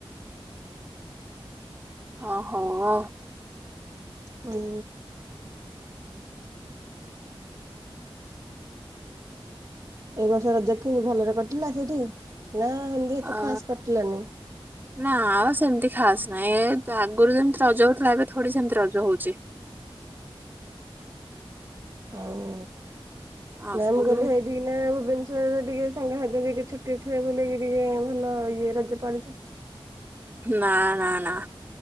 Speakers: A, on the right; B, on the right.
A: ଅହୋ-ଓ।
B: ହୁଁ। ଏ ବର୍ଷ ରଜ କିମି ଭଲରେ କଟିଲା ସେଠି ନା ଏମିତି ଏତେ
A: ଅ
B: ଖାସ କଟିଲାନି? <unintelligible>
A: ନା ଆଉ ସେମିତି ଖାସ୍ ନାହିଁ ଏ ଆଗରୁ ଯେମିତି ରଜ ହୋଉଥିଲା ଏବେ ଥୋଡି ସେମିତି ରଜ ହୋଉଚି।
B: ହୋଉ
A: ଆଗରୁ
B: ନାଁ ମୁଁ କଲି ହେଇ ଡିନା ଭୁବନେଶ୍ୱରରେ ଟିକେ ସାଙ୍ଗ ସାତି ଟିକେ ଛୁଟି ଥିବ ବୋଲିକି ଟିକେ ଭଲ ଇଏ ରଜ ପାଳିଚି।
A: ନାଁ ନା ନା।